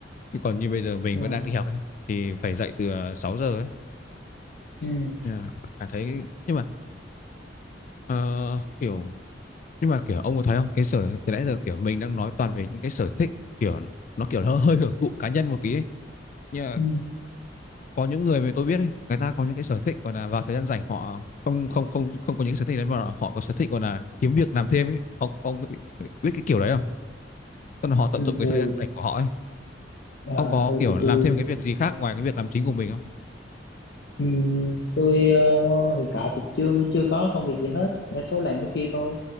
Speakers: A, on the left (about 40°); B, on the left (about 60°).
A: Chứ còn như bây giờ mình
B: Ờ.
A: vẫn đang đi học ấy thì phải dậy từ ờ, 6 giờ ấy.
B: Ừ.
A: Nên là Cảm thấy nhưng mà ờ, kiểu nhưng mà kiểu ông có thấy không? Cái sở từ nãy giờ kiểu mình đang nói toàn về những cái sở thích kiểu nó kiểu hơi hơi hưởng thụ cá nhân một tí ấy. Nhưng mà
B: Ừ.
A: có những người mà tôi biết ấy, người ta có những cái sở thích còn là vào thời gian rảnh họ không không không không có những sở thích đấy mà họ có sở thích còn là kiếm việc làm thêm ấy. Ông ông biết cái kiểu đấy không? Tức là họ tận
B: Ừ.
A: dụng cái
B: tôi
A: thời gian rảnh của họ ấy
B: ờ,
A: Ông có
B: tôi
A: kiểu
B: thì chưa
A: làm thêm cái việc gì khác ngoài cái việc làm chính của mình không?
B: Ừ, tôi ờ, hiện tại thì chưa chưa có công việc gì hết đa số làm cái kia thôi